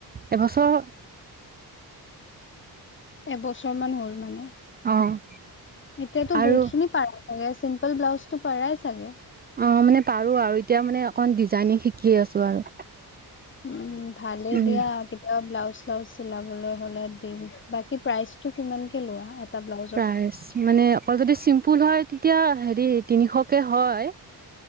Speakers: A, on the right; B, on the left.
A: এবছৰ
B: এবছৰ মান হ'ল মানে?
A: অ'।
B: এতিয়াতো
A: আৰু
B: বহুত খিনি পাৰাই চাগে, চিম্পল ব্লাউজটো পাৰাই চাগে?
A: অ' মানে পাৰো আৰু, এতিয়া মানে অকণ ডিজাইনিং শিকি আছো আৰু।
B: উম', ভালেই
A: উম
B: দিয়া, কেতিয়াবা ব্লাউজ চ্লাউজ চিলাবলৈ হ'লে দিম বা কি প্ৰাইচটো কিমানকে লোৱা, এটা ব্লাউজত?
A: প্ৰাইজ মানে, অকল যদি চিম্পুল হয়, তেতিয়া হেৰি তিনিশকে হয়।